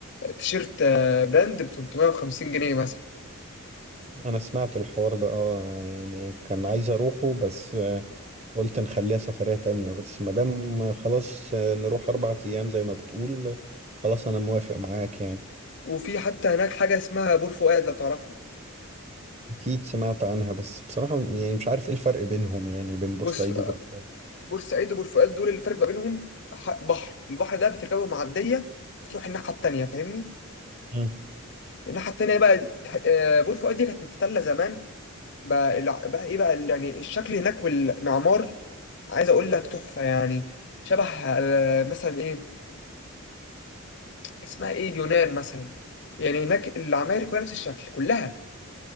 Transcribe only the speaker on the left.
تيشيرت آه، براند ب 350 جنيه مثلا
وفي حتى هناك حاجه اسمها بور فؤاد لو تعرفها
بص
بورسعيد وبور فؤاد دول اللي فرق ما بينهم ح- بحر البحر ده بتركبه معديه بتروح الناحيه التانيه فاهمني
الناحيه التانيه بقى تح- آه، بور فؤاد دي كانت محتله زمان بقى الع- بقى ايه بقى ال- يعني الشكل هناك والمعمار عايز اقول لك تحفه يعني شبه آه، مثلا ايه اسمها ايه اليونان مثلا يعني هناك العماير كلها نفس الشكل كلها